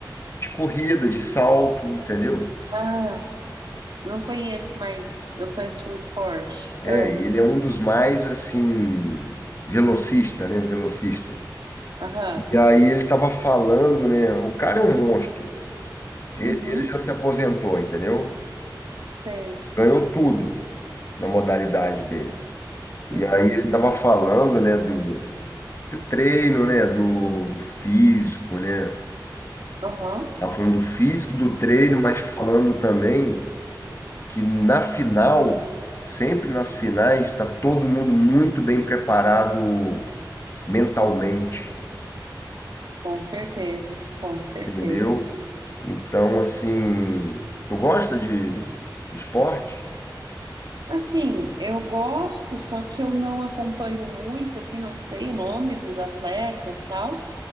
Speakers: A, on the left; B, on the right.
A: de corrida, de salto, entendeu?
B: Ah, não conheço, mas eu conheço o esporte.
A: É,
B: Ah,
A: ele é um dos mais, assim, velocista, né? Velocista.
B: aham,
A: E aí ele estava falando, né? O cara é um monstro. Ele
B: uhum,
A: ele já se aposentou, entendeu?
B: sei.
A: ganhou tudo na modalidade dele.
B: Uhum,
A: E aí ele estava falando, né, do, do treino, né, do, do físico, né?
B: aham,
A: Tava falando do físico, do treino, mas falando também que na final, sempre nas finais, está todo mundo muito bem preparado mentalmente,
B: com certeza, com certeza.
A: entendeu? Então, assim, tu gosta de, de esporte?
B: Assim, eu gosto, só que eu não acompanho muito, assim, não sei o nome dos atletas, tal.